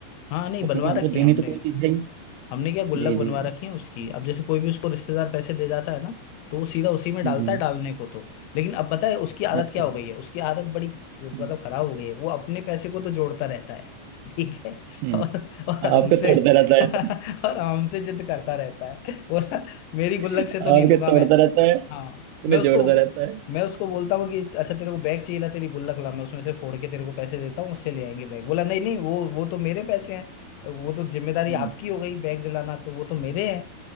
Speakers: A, on the left; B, on the right.
A: हाँ नहीं
B: और
A: बनवा
B: क्योंकि हमको
A: रखी
B: देनी
A: है हमने
B: तो कोई चीज़ है ही
A: हमने क्या गुल्लक
B: जी
A: बनवा
B: जी जी
A: रखी है उसकी अब जैसे कोई भी उसको रिश्तेदार पैसे दे जाता है ना तो वो सीधा उसी में डालता
B: हम्म
A: है डालने को तो लेकिन अब पता है उसकी आदत
B: अच्छा
A: क्या हो गई है उसकी आदत बड़ी मतलब
B: हम्म
A: खराब हो गई है वो अपने पैसे को तो जोड़ता रहता है ठीक है
B: हम्म
A: और और हमसे
B: आपके तोड़ता रहता
A: <laughs>
B: है
A: और हमसे जिद करता रहता है बोला मेरी गुल्लक
B: आपके
A: से तो नहीं लूंगा
B: तोड़ता
A: मैं
B: रहता है
A: हाँ
B: अपने
A: मैं उसको
B: जोड़ता रहता है
A: मैं उसको बोलता हूँ कि अच्छा तेरे को बैग चाहिए ला तेरी गुल्लक ला मैं उसमें से फोड़ के तेरे को पैसे देता हूँ उससे ले आएंगे बैग बोला नहीं नहीं वो वो तो मेरे पैसे हैं वो तो जिम्मेदारी
B: हम्म
A: आपकी हो गई बैग दिलाना तो वो तो मेरे हैं